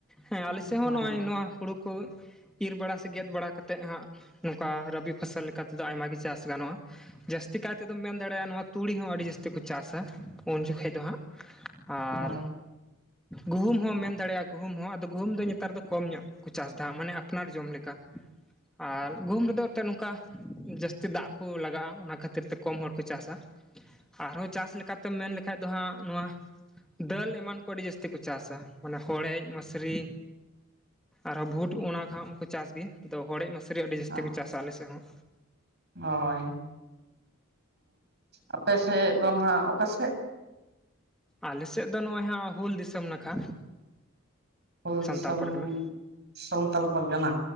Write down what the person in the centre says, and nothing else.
ᱦᱮᱸ ᱟᱞᱮᱥᱮᱫ
ᱦᱚᱸ ᱱᱚᱜᱼᱚᱭ ᱱᱚᱣᱟ ᱦᱩᱲᱩ ᱠᱚ ᱤᱨ ᱵᱟᱲᱟ ᱥᱮ ᱜᱮᱫ ᱵᱟᱲᱟ ᱠᱟᱛᱮᱫ ᱦᱟᱸᱜ ᱱᱚᱝᱠᱟ ᱨᱟᱵᱤ ᱯᱷᱚᱥᱚᱞ ᱞᱮᱠᱟᱛᱮᱫᱚ ᱟᱭᱢᱟᱜ ᱜᱮ ᱪᱟᱥ ᱜᱟᱱᱚᱜᱼᱟ ᱡᱟᱹᱥᱛᱤ ᱠᱟᱭ ᱛᱮᱫᱚᱢ ᱢᱮᱱ ᱫᱟᱲᱮᱭᱟᱜᱼᱟ ᱱᱚᱣᱟ ᱛᱩᱲᱤ ᱦᱚᱸ ᱟᱹᱰᱤ ᱡᱟᱹᱥᱛᱤ ᱠᱚ ᱪᱟᱥᱟ ᱩᱱ ᱡᱚᱠᱷᱚᱱ ᱫᱚ ᱦᱟᱸᱜ ᱟᱨ
ᱜᱩᱦᱩᱢ ᱜᱩᱢ ᱢᱮᱱ ᱫᱟᱲᱮᱭᱟᱜᱼᱟ ᱜᱩᱦᱩᱢ ᱟᱫᱚ ᱜᱩᱦᱩᱢ ᱫᱚ ᱱᱮᱛᱟᱨ ᱫᱚ ᱠᱚ ᱧᱚᱜ ᱠᱚ ᱪᱟᱥ ᱮᱫᱟ ᱢᱟᱱᱮ ᱟᱯᱱᱟᱨ ᱡᱚᱢ ᱞᱮᱠᱟ ᱟᱨ ᱜᱩᱦᱩᱢ ᱨᱮᱫᱚ ᱮᱱᱛᱮᱫ ᱱᱚᱝᱠᱟ ᱡᱟᱹᱥᱛᱤ ᱫᱟᱜ ᱠᱚ ᱞᱟᱜᱟᱜᱼᱟ ᱚᱱᱟ ᱠᱷᱟᱹᱛᱤᱨ ᱛᱮ ᱠᱚᱢ ᱦᱚᱲ ᱠᱚ ᱪᱟᱥᱟ ᱟᱨᱦᱚᱸ ᱪᱟᱥ ᱞᱮᱠᱟᱛᱮ ᱛᱮᱢ ᱢᱮᱱ ᱞᱮᱠᱷᱟᱡ ᱫᱚ ᱦᱟᱸᱜ ᱱᱚᱣᱟ ᱫᱟᱹᱞ ᱮᱢᱟᱱ ᱠᱚ ᱟᱹᱰᱤ ᱡᱟᱹᱥᱛᱤ ᱠᱚ ᱪᱟᱥᱟ ᱢᱟᱱᱮ ᱦᱚᱲᱮᱡ ᱢᱟᱥᱨᱤ ᱟᱨᱦᱚᱸ ᱵᱷᱩᱴ ᱚᱱᱟ ᱠᱷᱚᱱ ᱠᱚ ᱪᱟᱥ ᱜᱮ ᱟ ᱦᱚᱲᱮᱡ ᱢᱟᱥᱨᱤ ᱥᱟᱹᱨᱤ ᱟᱹᱰᱤ ᱡᱟᱹᱥᱛᱤ
ᱠᱚ ᱪᱟᱥᱟ ᱟᱞᱮᱥᱮᱫ ᱦᱚᱸ
ᱟᱞᱮ ᱥᱮᱫ ᱫᱚ ᱱᱚᱜᱼᱚᱭ ᱦᱟᱜ ᱦᱩᱞ ᱫᱤᱥᱚᱢ ᱱᱟᱠᱷᱟ
ᱥᱟᱱᱛᱟᱞ
ᱯᱟᱨᱜᱟᱱᱟ